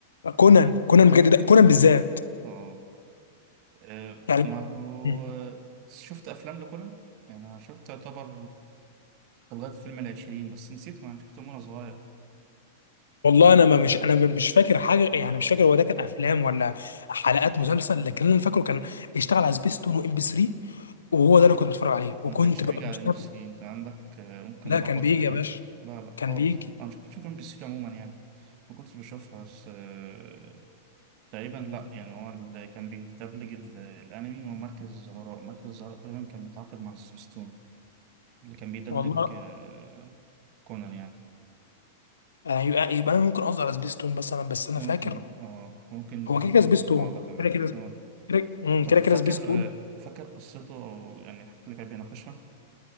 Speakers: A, on the left; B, on the right.
A: كونان
B: غريب
A: كونان بجد ده كونان بالذات
B: اه آه،
A: يعني
B: ما هو
A: مم.
B: شفت أفلام لكونان يعني أنا شفت يعتبر لغاية فيلم العشرين بس نسيته ما أنا شفته وأنا صغير
A: والله انا ما مش انا مش فاكر حاجه يعني مش فاكر هو ده كان افلام ولا حلقات مسلسل لكن اللي انا فاكره كان بيشتغل على سبيس تون وام بي 3 وهو ده انا كنت بتفرج عليه وكنت
B: هو ما كانش
A: ببقى
B: بيجي على
A: مستمتع
B: ام بي 3 أنت عندك آه، ممكن
A: لا
B: لخبطة
A: كان بيجي
B: في الحتة
A: يا باشا
B: دي لا لا
A: كان
B: خالص
A: بيجي
B: أنا مش كنت بشوف ام بي 3 عموما يعني ما كنتش بشوفها بس آه، تقريبا لا يعني هو اللي كان بيدبلج ال- الأنمي هو مركز الزهراء مركز الزهراء تقريبا كان متعاقد مع سيسمستون اللي كان بيدبلج
A: والله
B: آه، كونان يعني
A: يعني يبقى, يبقى انا ممكن اقصد على سبيس تون مثلا بس انا
B: ممكن
A: فاكر
B: اه ممكن
A: هو
B: حصل
A: كده كده سبيس
B: صلابة
A: تون
B: معاك
A: كده كده
B: اه
A: كده مم،
B: طب
A: كده
B: فاكر
A: كده سبيس تون
B: فاكر قصته أو يعني الحاجات اللي كان بيناقشها؟